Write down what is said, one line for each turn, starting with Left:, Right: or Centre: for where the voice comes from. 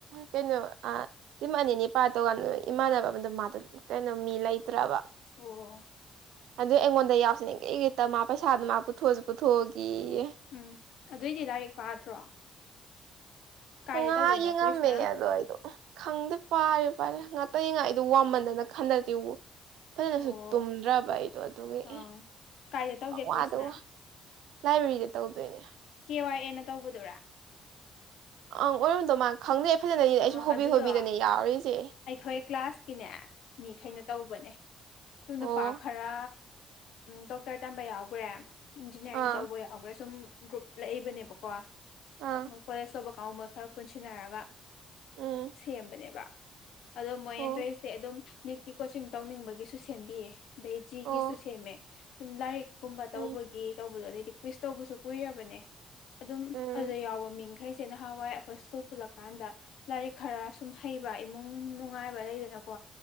Right: ꯀꯩꯅꯣ ꯇꯤꯝ ꯑꯅꯤꯅꯤ ꯄꯥꯏ ꯇꯧꯀꯥꯟꯗ ꯏꯃꯥꯟꯅꯕ ꯑꯃꯗ ꯃꯥꯗ ꯀꯩꯅꯣ ꯃꯤ ꯂꯩꯇ꯭ꯔꯕ
Left: <unintelligible>
Right: ꯑꯗꯨꯏ ꯑꯩꯉꯣꯟꯗ ꯌꯥꯎꯁꯅꯤꯡꯉꯦ ꯒꯤꯔꯤ ꯃꯥ ꯄꯩꯁꯥꯗꯨ ꯃꯥ ꯄꯨꯊꯣꯛꯑꯁꯨ ꯄꯨꯊꯣꯛꯑꯒꯌꯦ
Left: ꯎꯝ ꯑꯗꯨꯢꯗꯤ ꯂꯥꯏꯔꯤꯛ ꯄꯥꯗ꯭ꯔꯣ ꯀꯥꯏꯗ
Right: ꯉꯥꯍꯛ
Left: ꯇꯧꯗꯣꯏꯅꯣ
Right: ꯌꯦꯟ ꯉꯝꯃꯦ
Left: ꯀꯨꯏꯁꯅ
Right: ꯑꯗꯣ ꯑꯩꯗꯣ ꯈꯪꯗꯦ ꯄꯥꯔꯦ ꯄꯥꯔꯦ ꯉꯥꯛꯇꯅꯤ ꯉꯥꯏꯗ ꯋꯥꯃꯟꯗꯅ <unintelligible> ꯐꯖꯅꯁꯨ
Left: ꯑꯣ
Right: ꯇꯨꯝꯗ꯭ꯔꯕ ꯑꯩꯗꯣ ꯑꯗꯨꯒꯤ
Left: ꯑꯥ
Right: ꯑꯦ
Left: ꯀꯥꯏꯗ ꯇꯧꯒꯦ
Right: ꯄꯋꯥꯗ
Left: ꯀꯨꯏꯁꯅ
Right: ꯋꯥ ꯂꯥꯏꯕ꯭ꯔꯦꯔꯤꯗ ꯇꯧꯗꯣꯏꯅꯦ
Left: ꯀꯦ ꯋꯥꯏ ꯑꯦꯅ ꯇꯧꯕꯗꯨꯔꯥ
Right: ꯑꯪ ꯑꯣꯏꯔꯝꯗꯧ ꯃꯥ ꯈꯪꯗꯦ ꯐꯖꯅꯅꯤ ꯑꯩꯁꯨ
Left: ꯑꯥ
Right: ꯍꯣꯕꯤ
Left: ꯑꯗꯨꯗꯣ
Right: ꯍꯣꯕꯤꯗꯅꯦ ꯌꯥꯔꯤꯁꯦ
Left: ꯑꯩꯈꯣꯏ ꯀ꯭ꯂꯥꯁꯀꯤꯅꯦ ꯃꯤꯈꯩꯅ ꯇꯧꯕꯅꯦ ꯁꯨ
Right: ꯑꯣ
Left: ꯅꯨꯄꯥ ꯈꯔ ꯗꯣꯛꯇꯔ ꯇꯝꯕ ꯌꯥꯎꯈ꯭ꯔꯦ ꯏꯟꯖꯤꯅꯤꯌꯥꯔꯤꯡ
Right: ꯑꯥ
Left: ꯇꯧꯕ ꯌꯥꯎꯈ꯭ꯔꯦ ꯁꯨꯝ ꯒ꯭ꯔꯨꯞ ꯂꯛꯏꯕꯅꯦꯕꯀꯣ
Right: ꯑꯥ
Left: ꯃꯣꯏ ꯀꯣꯂꯦꯖ ꯇꯧꯕ ꯀꯥꯡꯕꯨ ꯃꯣꯏ ꯈꯔ ꯄꯨꯟꯁꯤꯟꯅꯔꯒ
Right: ꯎꯝ
Left: ꯁꯦꯝꯕꯅꯦꯕ ꯑꯗꯣ ꯃꯣꯏꯦꯟ
Right: ꯑꯣ
Left: ꯇꯧꯏꯁꯦ ꯑꯗꯨꯝ ꯅꯤꯠꯀꯤ ꯀꯣꯆꯤꯡ ꯇꯧꯅꯤꯡꯕꯒꯤꯁꯨ ꯁꯦꯝꯕꯤ ꯑꯗꯩ ꯖꯤꯒꯤꯁꯨ
Right: ꯑꯣ
Left: ꯁꯦꯝꯃꯦ ꯁꯨꯝ ꯂꯥꯏꯔꯤꯛ ꯀꯨꯝꯕ
Right: ꯎꯝ
Left: ꯇꯧꯕꯒꯤ ꯇꯧꯕꯗꯣ ꯑꯗꯩꯗꯤ ꯀꯎꯖ ꯇꯧꯕꯁꯨ ꯀꯨꯏꯔꯕꯅꯦ ꯑꯗꯨꯝ
Right: ꯎꯝ
Left: ꯑꯗꯨꯗ ꯌꯥꯎꯕ ꯃꯤꯡ <unintelligible> ꯅꯍꯥꯟꯋꯥꯏ ꯑꯩꯈꯣꯏ ꯁ꯭ꯀꯨꯜ ꯄꯨꯜꯂꯛꯀꯥꯟꯗ ꯂꯥꯏꯔꯤꯛ ꯈꯔ ꯁꯨꯝ ꯍꯩꯕ ꯏꯃꯨꯡ ꯅꯨꯡꯉꯥꯏꯕ ꯂꯩꯗꯅꯀꯣ